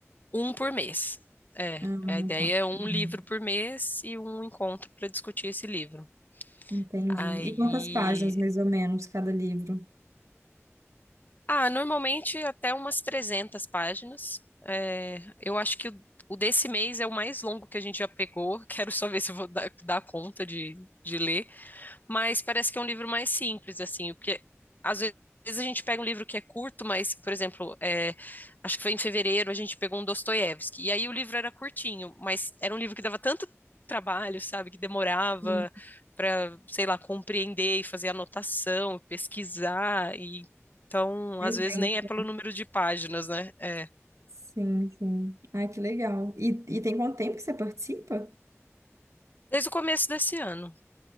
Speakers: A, on the left; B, on the right.
A: Um por mês. É,
B: Ah,
A: a ideia
B: tá.
A: é um
B: Hum,
A: livro por mês e um encontro para discutir esse livro.
B: Entendi.
A: Aí
B: E quantas páginas, mais ou menos, cada livro?
A: Ah, normalmente até umas 300 páginas. É, eu acho que o, o desse mês é o mais longo que a gente já pegou. <laughs> Quero só ver se eu vou dar, dar conta de, de ler mas parece que é um livro mais simples, assim, porque às ve- às vezes a gente pega um livro que é curto, mas, por exemplo, é, acho que foi em fevereiro, a gente pegou um Dostoiévski, e aí o livro era curtinho, mas era um livro que dava tanto trabalho, sabe, que demorava
B: Hum,
A: para, sei lá, compreender e fazer anotação, pesquisar, e então,
B: Mais
A: às vezes
B: denso.
A: nem é pelo número de páginas, né? É,
B: Sim, sim. Ah, que legal. E, e tem quanto tempo que você participa?
A: desde o começo desse ano.